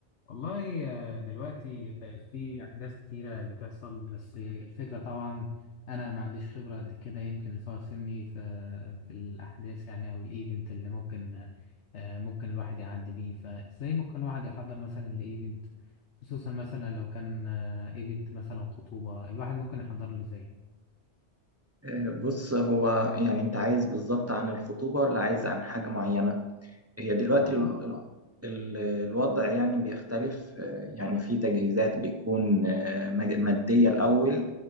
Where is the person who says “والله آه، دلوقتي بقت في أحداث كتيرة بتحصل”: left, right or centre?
Left